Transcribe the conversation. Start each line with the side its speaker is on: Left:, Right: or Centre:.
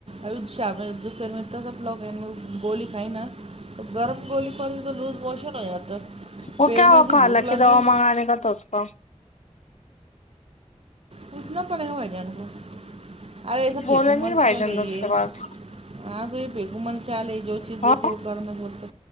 Right: ابھی شام میں دو پر میں انا سب لوگ گولی کھائی نا گرم گولی پڑی تو لوز موشن ہو جاتا
Left: وہ
Right: پیٹ
Left: کیا
Right: میں
Left: ہوا
Right: ایسی
Left: خالہ
Right: بھوک
Left: کی
Right: لگ
Left: دوا
Right: رہی
Left: منگانے کا تھا اس کا
Right: کچ نہ پل ہو جان گ ارے سب
Left: بولے
Right: پیک
Left: نہیں
Right: مل
Left: بھائی
Right: چلے
Left: جان نے اس
Right: ہے
Left: کے بعد
Right: ہاں کو پ کو م جلے جو چیز
Left: ہاں
Right: دیکے وہ کرنا بولتا